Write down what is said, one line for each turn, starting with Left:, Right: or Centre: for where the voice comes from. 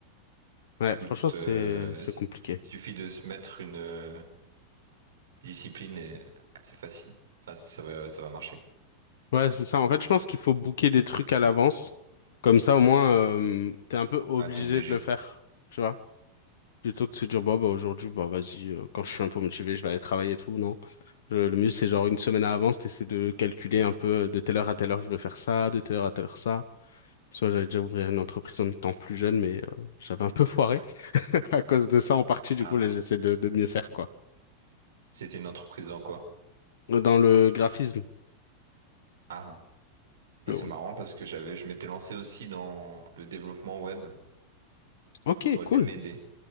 Left: Ouais, franchement,
Right: tout,
Left: c'est
Right: euh,
Left: c'est
Right: s-
Left: compliqué.
Right: suffit de se mettre une euh, discipline et c'est facile. Enfin, ça va, ça va marcher.
Left: Ouais, c'est ça. En fait, je pense qu'il faut booker des trucs à l'avance. Comme ça, au moins, euh, t'es un peu obligé
Right: Ah, t'es obligé.
Left: de le faire. Tu vois Plutôt que de se dire, bah, bah aujourd'hui, bah vas-y, euh, quand je suis un peu motivé, je vais aller travailler et tout, non. Le, le mieux, c'est genre une semaine à avance, t'essaies de calculer un peu euh, de telle heure à telle heure, je veux faire ça, de telle heure à telle heure, ça. Soit j'avais déjà ouvert une entreprise en étant plus jeune, mais euh, j'avais un peu foiré <laughs> à cause de ça en partie, du
Right: Ah,
Left: coup, là, j'essaie de, de mieux faire, quoi.
Right: c'était une entreprise dans quoi?
Left: Dans le graphisme.
Right: Ah, moi,
Left: Mais
Right: c'est
Left: bon,
Right: marrant parce que j'avais, je m'étais lancé aussi dans le développement web.
Left: ok,
Right: aurait
Left: cool.
Right: pu m'aider.